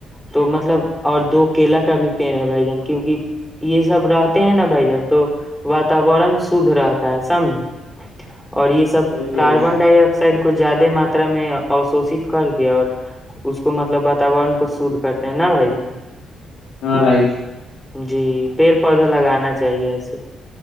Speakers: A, in the centre; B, on the left.
A: تو مطلب اور دو کیلا کا بھی پیڑ ہے بھائی جان کیونکہ یہ سب رہتے ہیں نا بھائی جان تو واتورن شھ رہتا ہے سمجھے اور یہ سب
B: صحیح کہہ
A: کاربن
B: رہے ہیں
A: ڈکڈ کو زیادہ ماتا میں اشوشت کر کے اور اس کو مطلب واتورن کو شھ کرتے ہیں ن بھائی
B: ہاں بھائی
A: جی پیڑ پودا لگانا چاہیے ایے